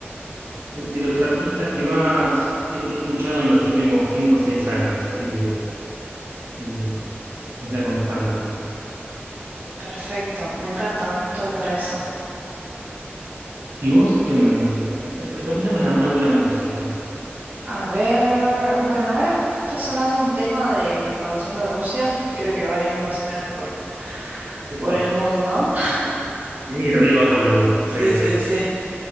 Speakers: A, on the right; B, on the right.
A: de, de los artistas que más eh, he escuchado en los últimos 5 o 6 años, así que eh, es la constante.
B: Perfecto, me encanta, estoy para esa.
A: ¿Y vos qué onda? Me, a ver, re- recomendame una, una buena música.
B: A ver, bueno, ahora justo está sonando un tema de Conociendo Rusia, que creo que va ahí más o menos por,
A: Epa,
B: por el mood, ¿no? <laughs>
A: sí, re va por el mood,
B: Sí,
A: re, re.
B: sí, sí.